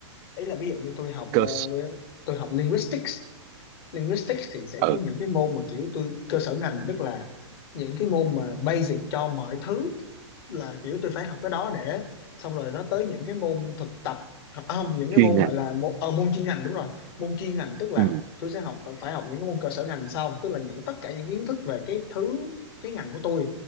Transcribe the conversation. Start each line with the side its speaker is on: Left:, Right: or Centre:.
Left: ấy là ví dụ như tôi học
Right: cơ
Left: ờ, tôi tôi học linguistics linguistics thì sẽ
Right: ừ
Left: có những cái môn mà kiểu tôi cơ sở ngành tức là những cái môn mà basic cho mọi thứ là kiểu tôi phải học cái đó để xong rồi nó tới những cái môn thực tập à, không những
Right: chuyên
Left: cái môn
Right: ngành
Left: gọi là môn, ờ, môn chuyên ngành đúng rồi môn chuyên ngành tức là
Right: ừ.
Left: tôi sẽ học phải phải học những cái môn cơ sở ngành sau tức là những tất cả những kiến thức về cái thứ cái ngành của tôi